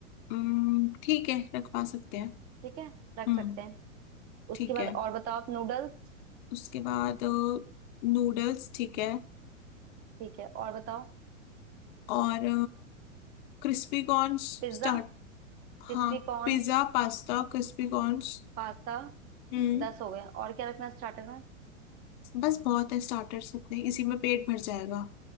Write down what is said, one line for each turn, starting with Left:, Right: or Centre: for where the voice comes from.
Left: हम्म ठीक है रखवा सकते हैं
Right: ठीक है रख
Left: हम्म
Right: सकते हैं
Left: ठीक
Right: उसके बाद
Left: है
Right: और बताओ आप नूडल्स
Left: उसके बाद नूडल्स ठीक है
Right: ठीक है और बताओ
Left: और क्रिस्पी कॉर्न्स
Right: पिज्जा
Left: स्टार्ट
Right: क्रिस्पी
Left: हाँ
Right: कॉर्न्स
Left: पिज्ज़ा पास्ता क्रिस्पी कॉर्न्स
Right: पास्ता
Left: हम्म
Right: दस हो गए और क्या रखना स्टार्टर में
Left: बस बहुत है स्टार्टर्स इतने इसी में पेट भर जाएगा